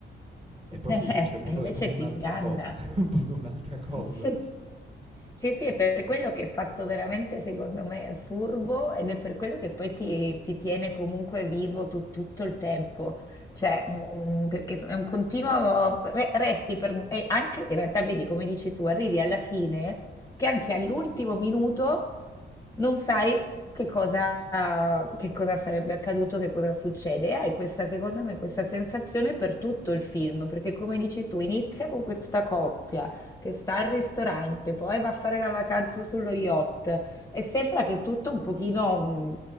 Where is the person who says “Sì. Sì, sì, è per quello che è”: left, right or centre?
Left